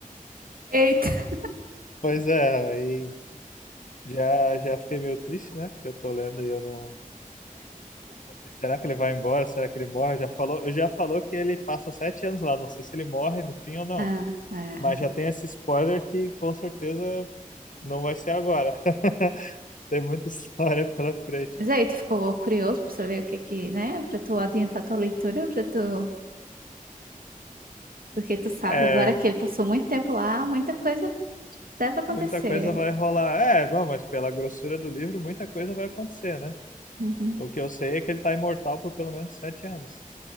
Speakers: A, on the right (about 85°); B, on the left (about 65°).
A: Eita.
B: Pois é, aí já, já fiquei meio triste, né? Porque eu tô lendo e eu não. Será que ele vai embora? Será que ele morre? Já falou, já falou que ele passa sete anos lá. Não sei se ele morre no fim ou não.
A: Ah, é.
B: Mas já tem esse spoiler que com certeza não vai ser agora. <laughs> Tem muita história pela frente.
A: Mas aí, tu ficou curioso pra saber o que que, né? Pra tu adiantar tua leitura, pra tu. Porque tu sabe
B: É,
A: agora que ele passou muito tempo lá, muita coisa deve acontecer.
B: muita coisa vai rolar. É, bom, mas pela grossura do livro, muita coisa vai acontecer, né?
A: Uhum.
B: O que eu sei é que ele tá imortal por pelo menos sete anos.